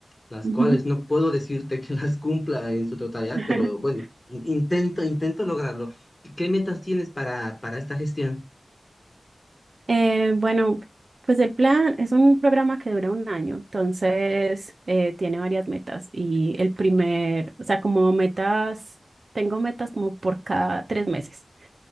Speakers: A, on the left; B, on the right.
A: las
B: Ujú.
A: cuales no puedo decirte que <laughs> las cumpla en su totalidad,
B: <laughs>
A: pero bueno, in- intento, intento lograrlo. ¿Qué metas tienes para, para esta gestión?
B: Eh, bueno, pues el plan es un programa que dura un año, entonces eh, tiene varias metas y el primer, o sea, como metas, tengo metas como por cada tres meses.